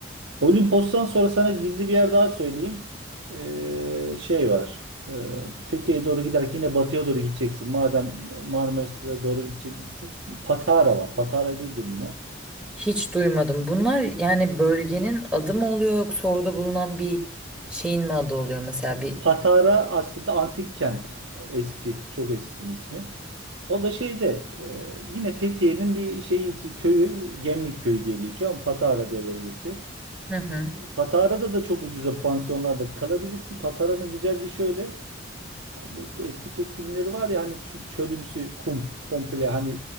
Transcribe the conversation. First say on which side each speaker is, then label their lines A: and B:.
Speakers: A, on the right (about 70°); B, in the centre.
A: Olimpos'tan sonra sana gizli bir yer daha söyleyeyim. Ee, şey var. Ee, Fethiye'ye doğru giderken yine batıya doğru gideceksin. Madem Marmaris'e doğru gideceksin. Patara var. Patara'yı duydun mu?
B: Hiç duymadım. Bunlar yani bölgenin adı mı oluyor yoksa orada bulunan bir şeyin mi adı oluyor mesela bir
A: Patara aslında antik kent. Eski, çok eski bir ismi. O da şeyde e, yine Fethiye'nin bir şeyi içi- köyü Gemlik Köyü diye geçiyor ama Patara diye bölgesi.
B: Hı hı.
A: Patara'da da çok ucuza pansiyonlarda kalabilirsin. Patara'nın güzelliği şöyle. Bu eski Türk filmleri var ya hani ç- çölümsü kum komple hani